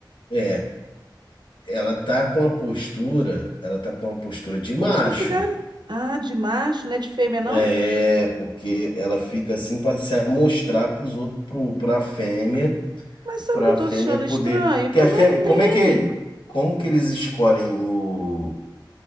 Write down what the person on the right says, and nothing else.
Como se fosse galinha. Ah, de macho, não é de fêmea, não?
Mas sabe
o que eu
tô
achando
estranho?
Que
não tem.